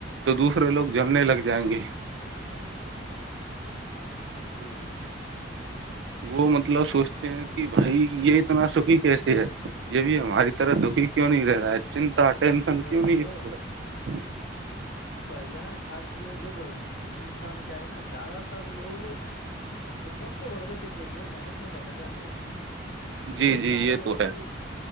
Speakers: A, on the right; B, on the left.
A: تو دوسرے لوگ جلنے لگ جائیں گے
B: جی
A: وہ مطلب سوچتے ہیں کہ بھائی یہ اتنا سکی کیسے یہ بھی ہماری طرح دکھی کیوں نہیں رہ رہا ہے چنتا ٹینشن
B: ہاں وہی
A: کیوں نہیں
B: تو
A: اس کو ہے
B: بھائی جان آج دیکھو انسان کیا ہے نا زیادہ تر لوگ قسمت کے بھروسے ٹکے ہوئے ہیں محنت نہیں کرنا چاہتے ہیں اور
A: جی
B: یہی
A: جی
B: کارن
A: یہ
B: ہے
A: تو
B: کہ